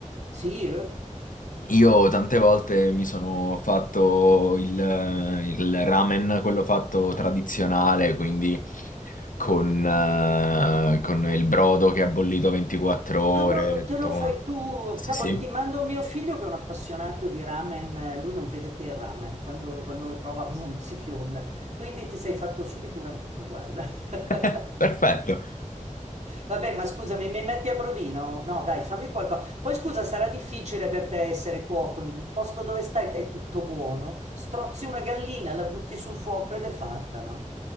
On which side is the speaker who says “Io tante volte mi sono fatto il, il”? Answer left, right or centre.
Left